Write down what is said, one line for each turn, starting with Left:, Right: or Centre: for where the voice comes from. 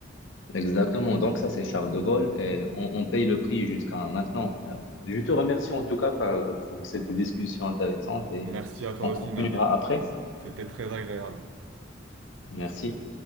Left: Exactement. Donc ça, c'est Charles de Gaulle et
Right: Mm.
Left: on, on paye le prix jusqu'à maintenant. Euh, Je te remercie en tout cas par- pour cette discussion intéressante et
Right: Merci à toi
Left: on
Right: aussi,
Left: continuera
Right: Nabil.
Left: après.
Right: C'était très agréable.
Left: Merci.